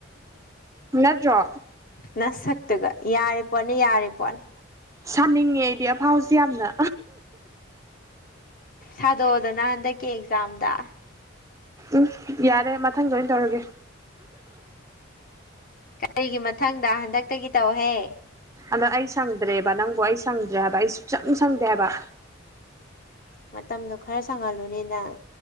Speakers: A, on the right; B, on the left.
A: ꯅꯠꯇ꯭ꯔꯣ
B: ꯅꯁꯛꯇꯨꯒ ꯌꯥꯔꯤ ꯄꯣꯠꯅꯤ ꯌꯥꯔꯤ ꯄꯣꯠꯅꯤ
A: ꯁꯥꯅꯤꯡꯉꯦ ꯑꯩꯗꯤ ꯑꯐꯥꯎꯁꯦ ꯌꯥꯝꯅ
B: ꯁꯥꯗꯣꯛꯑꯣꯗꯅ ꯍꯟꯗꯛꯀꯤ ꯑꯦꯛꯖꯥꯝꯗ
A: ꯎꯝ ꯌꯥꯔꯦ ꯃꯊꯪꯗ ꯑꯣꯏꯟ ꯇꯧꯔꯒꯦ
B: ꯀꯔꯤꯒꯤ ꯃꯊꯪꯗ ꯍꯟꯗꯛꯇꯒꯤ ꯇꯧꯍꯦ
A: ꯑꯗ ꯑꯩ ꯁꯪꯗ꯭ꯔꯦꯕ ꯅꯪꯕꯨ ꯑꯩ ꯁꯪꯗ꯭ꯔꯦ ꯍꯥꯏꯕ ꯑꯩ ꯁꯨꯛꯁꯪ ꯁꯪꯗꯦ ꯍꯥꯏꯕ
B: ꯃꯇꯝꯗꯣ ꯈꯔ ꯁꯉꯜꯂꯨꯅꯦ ꯅꯪ